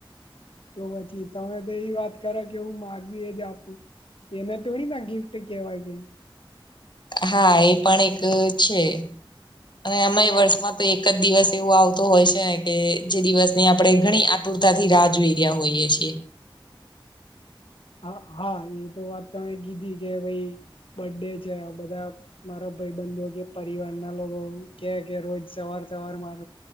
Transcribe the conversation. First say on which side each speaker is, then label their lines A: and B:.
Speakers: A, on the left (about 75°); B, on the left (about 55°).
A: તો પછી તમે તો એ વાત કર કે હું માગવી એ જ આપું એને તોડી ના ગિફ્ટ કેહેવાય ગઈ
B: હા એ પણ એક છે અને અમે વર્ષમાં તો એક જ દિવસ એવું આવતોું હોય છેને કે જે દિવસની આપડે ઘણી આતુરતાથી રાહ જોઈ રહ્યા હોઈએ છીએ
A: હા હા એ તો વાત તમે કીધી કે ભાઈ બર્ ડે છે બધા મારા ભાઈ બંધુ કે પરિવાર ના લોકો કે કે રોજ સવાર સવાર માર